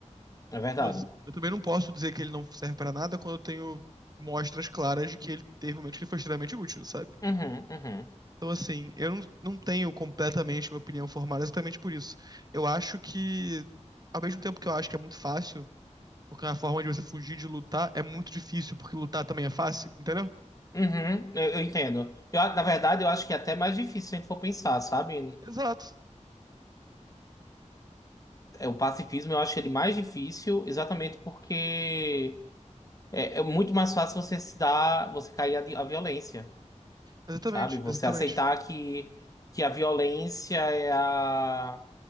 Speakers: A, on the left (about 30°); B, on the right (about 30°).
A: é verdade.
B: Então, assim, eu também não posso dizer que ele não serve pra nada quando eu tenho mostras claras de que ele teve momentos que ele foi extremamente útil, sabe?
A: Uhum, uhum.
B: Então, assim, eu não, não tenho completamente uma opinião formada exatamente por isso. Eu acho que, ao mesmo tempo que eu acho que é muito fácil, porque é uma forma de você fugir de lutar, é muito difícil, porque lutar também é fácil, entendeu?
A: Uhum, eu, eu entendo. Eu, na verdade, eu acho que é até mais difícil se a gente for pensar, sabe?
B: Exato.
A: É, o pacifismo eu acho ele mais difícil, exatamente porque é, é muito mais fácil você se dar, você cair à, di- à violência,
B: Exatamente,
A: sabe? Você
B: exatamente.
A: aceitar que, que a violência é a,